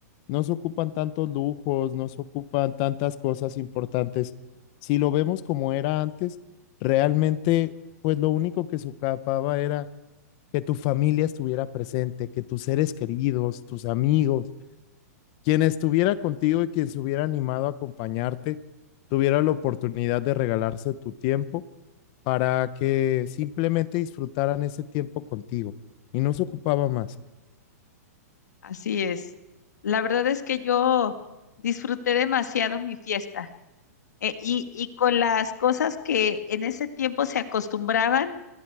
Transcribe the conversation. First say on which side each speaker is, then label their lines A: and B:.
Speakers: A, on the left; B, on the left.
A: no se ocupan tantos lujos, no se ocupan tantas cosas importantes. Si lo vemos como era antes, realmente, pues lo único que se ocupaba era que tu familia estuviera presente, que tus seres queridos, tus amigos, quien estuviera contigo y quien se hubiera animado a acompañarte, tuviera la oportunidad de regalarse tu tiempo para que simplemente disfrutaran ese tiempo contigo y no se ocupaba más.
B: Así es. La verdad es que yo disfruté demasiado mi fiesta eh, y, y con las cosas que en ese tiempo se acostumbraban,